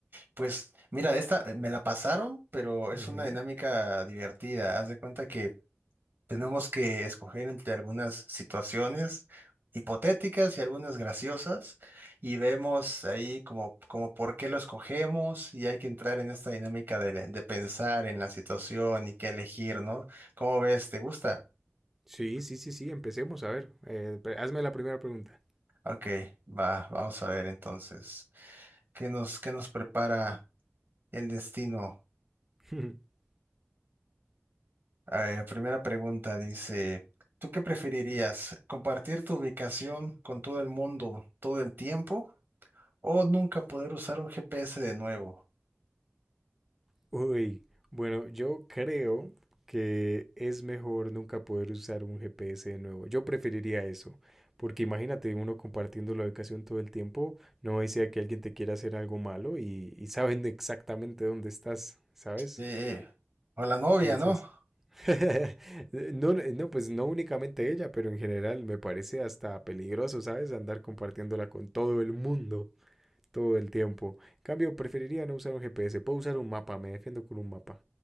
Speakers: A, on the right; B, in the centre.
A: Pues mira, esta eh, me la pasaron, pero es
B: Ujú.
A: una dinámica divertida. Haz de cuenta que Tenemos que escoger entre algunas situaciones hipotéticas y algunas graciosas y vemos ahí como, como por qué lo escogemos y hay que entrar en esta dinámica de, de pensar en la situación y qué elegir, ¿no? ¿Cómo ves? ¿Te gusta?
B: Sí, sí, sí, sí, empecemos. A ver, eh, pre- hazme la primera pregunta.
A: Ok, va, vamos a ver entonces. ¿Qué nos, qué nos prepara el destino?
B: <laughs>
A: A ver, primera pregunta dice, ¿tú qué preferirías? ¿Compartir tu ubicación con todo el mundo todo el tiempo? O nunca poder usar un GPS de nuevo.
B: Uy, bueno, yo creo que es mejor nunca poder usar un GPS de nuevo. Yo preferiría eso, porque imagínate uno compartiendo la ubicación todo el tiempo, no desea que alguien te quiera hacer algo malo y, y saben exactamente dónde estás, ¿sabes?
A: Sí. O la novia,
B: Entonces,
A: ¿no?
B: <laughs> No, eh, no, pues no únicamente ella, pero en general me parece hasta peligroso, ¿sabes? Andar compartiéndola con todo el mundo todo el tiempo. En cambio, preferiría no usar un GPS, puedo usar un mapa, me defiendo con un mapa.